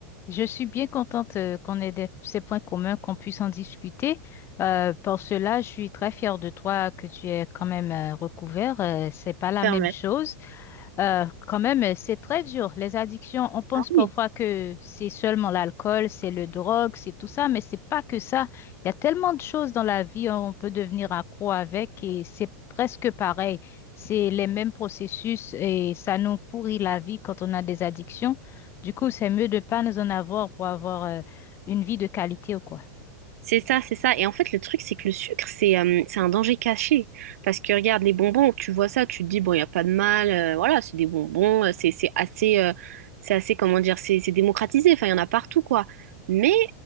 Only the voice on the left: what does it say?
je suis bien contente euh, qu'on ait des- ces points communs, qu'on puisse en discuter. Euh, pour cela, je suis très fière de toi que tu aies quand même euh, recouvert. Euh, c'est pas la
même chose. Euh, quand même, euh, c'est très dur. Les addictions, on pense
parfois que c'est seulement l'alcool, c'est le drogue, c'est tout ça, mais c'est pas que ça. Il y a tellement de choses dans la vie, hein, on peut devenir accro avec et c'est presque pareil. C'est les mêmes processus et ça nous pourrit la vie quand on a des addictions. Du coup, c'est mieux de pas nous en avoir pour avoir euh, une vie de qualité ou quoi.